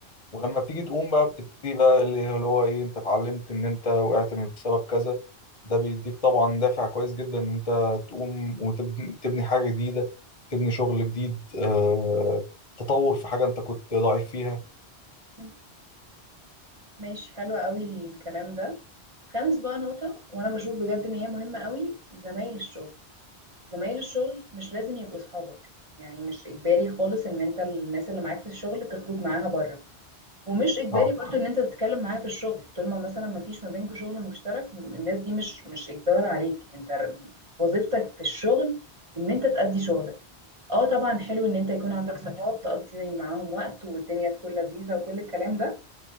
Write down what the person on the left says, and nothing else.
ولما بتيجي تقوم بقى بتبتدي بقى اللي هو ايه انت اتعلمت ان انت وقعت من بسبب كذا ده بيديك طبعا دافع كويس جدا ان انت تقوم وتبني حاجة جديدة تبني شغل جديد آه تطور في حاجة انت كنت ضعيف فيها
اه